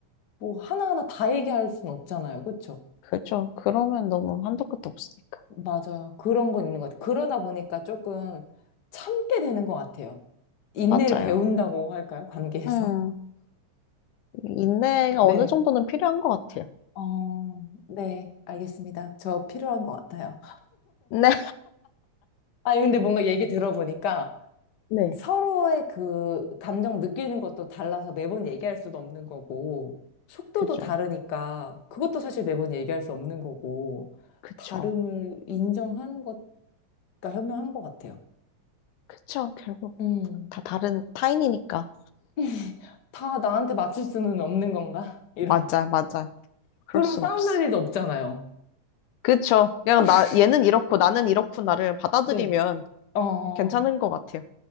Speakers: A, on the left; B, on the left.
A: 뭐, 하나하나 다 얘기할 수는 없잖아요. 그쵸?
B: 그죠. 그러면 너무 한도 끝도 없으니까.
A: 맞아요. 그런 건 있는 것 같아요. 그러다 보니까 조금 참게 되는 것 같아요. 인내를
B: 맞아요.
A: 배운다고 할까요? 관계에서?
B: 음, 인내가
A: <laughs>
B: 어느
A: 네.
B: 정도는 필요한 것 같아요.
A: 어, 네. 알겠습니다. 저 필요한 것 같아요.
B: 네.
A: 아니, 근데 뭔가 얘기 들어보니까
B: 네.
A: 서로의 그 감정 느끼는 것도 달라서 매번 얘기할 수도 없는 거고, 속도도
B: 그죠.
A: 다르니까 그것도 사실 매번 얘기할 수 없는 거고,
B: 그쵸.
A: 다름을 인정하는 것과 현명한 것 같아요.
B: 그쵸. 결국
A: 음.
B: 다 다른 타인이니까.
A: <laughs> 다 나한테 맞출 수는 없는 건가? <laughs> 이런.
B: 맞아, 맞아. 그럴
A: 그럼
B: 순
A: 싸움
B: 없어.
A: 날 일도 없잖아요.
B: 그쵸. 그냥
A: <laughs>
B: 나, 얘는 이렇고 나는 이렇구나를 받아들이면
A: 네. 어.
B: 괜찮은 것 같아요.